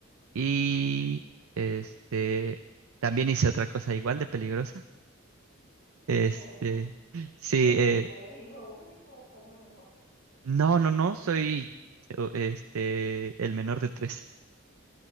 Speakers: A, on the right (about 80°); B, on the left (about 65°).
A: Y este, también hice otra cosa igual de peligrosa
B: <laughs>
A: Este,
B: en serio.
A: sí,
B: Mira, tú,
A: eh,
B: tú eres hijo único, o ¿cómo es la cosa?
A: no, no, no, soy o- este el menor de tres.